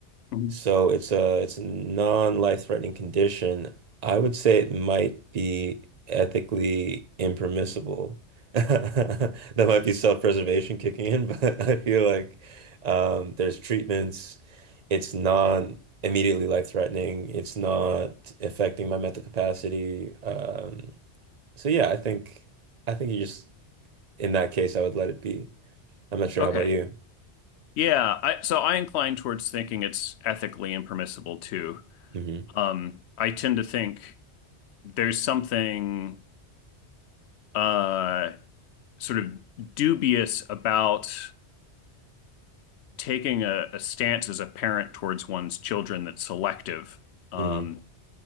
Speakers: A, on the left; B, on the right.
A: Mhm.
B: so it's a it's a non-life-threatening condition. I would say it might be ethically impermissible. <laughs> That might be self-preservation kicking in, <laughs> but I feel like um, there's treatments. It's not immediately life-threatening. It's not affecting my mental capacity. Um, so yeah, I think I think you just in that case I would let it be. I'm not sure.
A: Okay.
B: How about you?
A: Yeah, I, so I incline towards thinking it's ethically impermissible too.
B: hmm
A: Um, I tend to think there's something uh, sort of dubious about taking a, a stance as a parent towards one's children that's selective. Um,
B: hmm